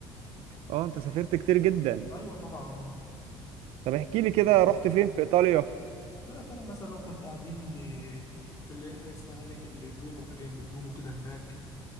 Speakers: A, on the right; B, on the left.
A: اه انت سافرت كتير جدا
B: أيوة طبعا
A: طب احكي لي كده
B: بس
A: رحت فين في ايطاليا
B: لا يا ترى مثلا لو كنت قاعدين آه، في اللي هي حاجة اسمها هناك اللي دوم وحاجة جنب الدوم وكده هناك